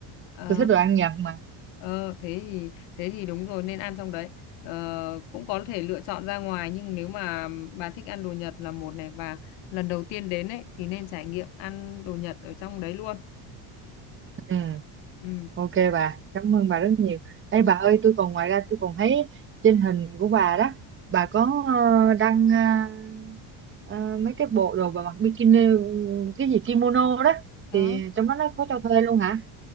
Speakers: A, on the left; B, on the right.
A: Ờ,
B: Tôi thích đồ ăn Nhật mà.
A: Ờ, thế thì thế thì đúng rồi nên ăn trong đấy ờ, cũng có thể lựa chọn ra ngoài nhưng nếu mà bà thích ăn đồ Nhật là một này và lần đầu tiên đến ấy thì nên trải nghiệm ăn đồ Nhật ở trong đấy luôn
B: Ừ.
A: ừ.
B: Ok bà, cảm ơn bà rất nhiều. Ê
A: Ừ.
B: bà ơi, tôi còn ngoài ra tôi còn thấy trên hình của bà đó, bà có ờ, đăng ờ, ờ, mấy cái bộ đồ bà mặc bikini, cái gì kimono đó,
A: Ừ.
B: thì trong đó nó có cho thuê luôn hả?